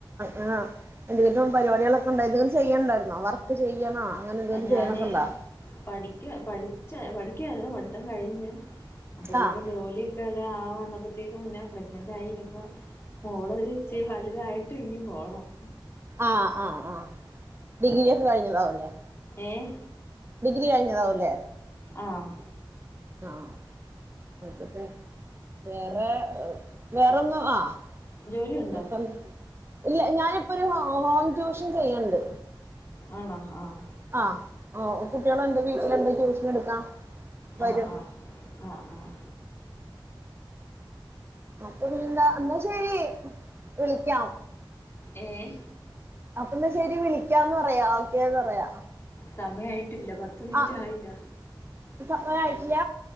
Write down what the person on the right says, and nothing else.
ഏഹ് എന്തെങ്കിലും പരിപവാടികളൊക്കെ ഒണ്ടായിന്നോ എന്തെങ്കിലും ചെയ്യ്ണ്ടായിരുന്നോ വർക്ക് ചെയ്യണോ അങ്ങനെന്തെലും
ചെയ്യണക്കെണ്ടോ
ആഹ്
ആഹ് ആഹ് ആഹ് ഡിഗ്രി ഒക്കെ കഴിഞ്ഞതാവുംല്ലേ
ഡിഗ്രി കഴിഞ്ഞതാവുംല്ലേ
ആഹ് വേറെ
വേറൊന്നും ആഹ്
പിന്നപ്പം ഇല്ല ഞാനിപ്പൊരു ഹോം ട്യൂഷൻ ചെയ്യ്ണ്ട്
ആഹ് ഓഹ് കുട്ടികള് ഒണ്ടെങ്കി വീട്ടില്ണ്ടെങ്കി ട്യൂഷനെടുക്കാ വരും
അപ്പൊ പിന്നെന്താ എന്നാ ശരി വിളിക്കാം
അന്നാ പിന്നെ ശെരി വിളിക്കാന്ന് പറയാ ഓക്കെന്ന് പറയാ
ആഹ്
സമയായിട്ടില്ല